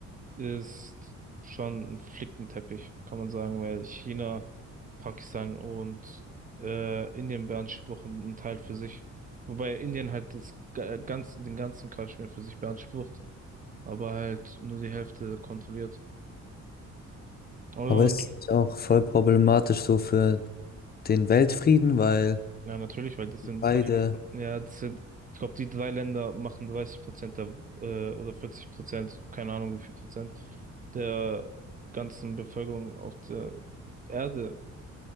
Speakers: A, on the right (about 30°); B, on the left (about 30°).
A: ist schon ein Flickenteppich, kann man sagen, weil China, Pakistan und äh, Indien beanspruchen einen Teil für sich. Wobei Indien halt das ga- ganz, den ganzen Kaschmir für sich beansprucht, aber halt nur die Hälfte kontrolliert. Und
B: Aber ist
A: Ja.
B: nicht auch voll problematisch so für den Weltfrieden, weil
A: Ja, natürlich, weil das sind,
B: beide
A: weil- ja, das sind, ich glaube, die drei Länder machen 30 Prozent der, äh, oder 40 Prozent, keine Ahnung wie viel Prozent der ganzen Bevölkerung auf der Erde,